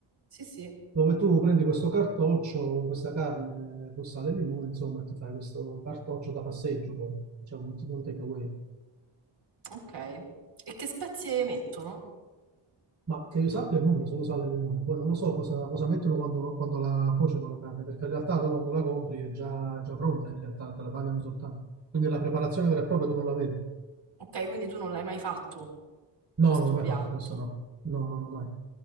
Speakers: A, on the right; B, on the right.
A: Sì, sì.
B: dove tu prendi questo cartoccio, questa carne con sale e limone, insomma, ti fai questo cartoccio da passeggio, poi, diciamo, un tipo un takeaway.
A: Ok. E che spezie mettono?
B: Ma che io sappia nulla, solo sale e limone. Poi non lo so cosa, cosa mettono quando, lo- quando la cuociono la carne, perché in realtà tu quando la compri è già, già pronta, in realtà te la tagliano soltanto. Quindi la preparazione vera e propria tu non la vedi.
A: Ok, quindi tu non l'hai mai fatto
B: No,
A: questo
B: non ho mai
A: piatto.
B: fatto questo, no. No, non ho mai.